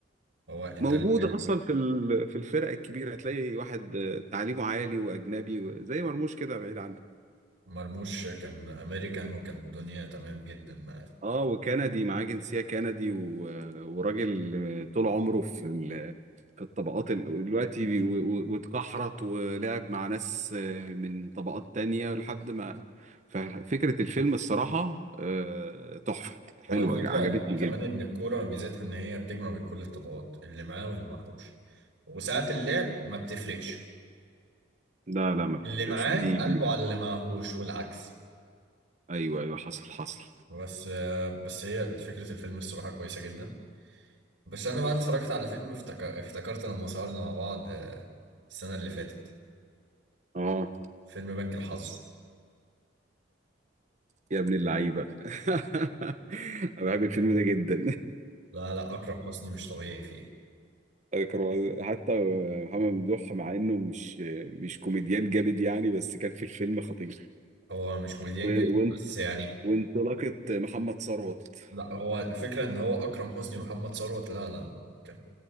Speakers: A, on the right; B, on the right.
A: هو انت
B: موجودة
A: ال- ال-
B: أصلا في ال... في الفرق الكبيرة هتلاقي واحد تعليمه عالي وأجنبي زي مرموش كده بعيد عنك
A: مرموش كان امريكان وكان الدنيا تمام جدا معاه
B: اه وكندي معاه جنسية كندي و... وراجل طول عمره في ال... في الطبقات ال... دلوقتي بي... و... واتكحرت ولعب مع ناس من طبقات تانية لحد ما ففكرة الفيلم الصراحة آه، تحفة حلوة
A: هو الفكرة
B: عجبتني
A: يعني كمان
B: جدا
A: ان الكورة ميزتها ان هي بتجمع بين كل الطبقات اللي معاه واللي معهوش وساعة اللعب ما بتفرقش
B: لا لا ما بتفرقش
A: اللي معاه
B: ما دي,
A: قلبه
B: دي
A: على اللي معهوش والعكس
B: ايوه ايوه حصل حصل
A: بس آه، بس هي فكرة الفيلم الصراحة كويسة جدا بس انا بقى اتفرجت على فيلم افتكر... افتكرت لما سهرنا مع بعض آه، السنة اللي فاتت
B: اه
A: فيلم بنك الحظ
B: يا ابن اللعيبة <laughs> انا بحب الفيلم ده جدا
A: لا لا اكرم حسني مش طبيعي فيه
B: كانوا حتى محمد ممدوح مع انه مش مش كوميديان جامد يعني بس كان في الفيلم خطير
A: هو مش كوميديان
B: و-
A: جامد
B: وان-
A: بس يعني
B: وانطلاقة محمد ثروت
A: لا هو الفكرة ان هو اكرم حسني ومحمد ثروت لا لا لا، كان